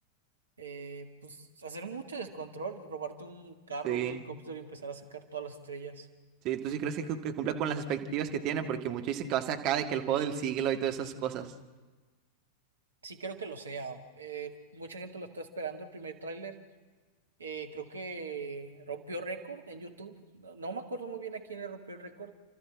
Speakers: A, on the right; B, on the right.
A: eh, pues, hacer mucho descontrol, robarte un carro,
B: sí.
A: un helicóptero y empezar a sacar todas las estrellas.
B: Sí, tú sí crees que, cu- que cumpla con las expectativas que tienen, porque muchos dicen que va a ser acá de que el juego del siglo y todas esas cosas.
A: Sí creo que lo sea. Eh, mucha gente lo está esperando el primer tráiler. Eh, creo que rompió récord en YouTube. No, no me acuerdo muy bien a quién le rompió el récord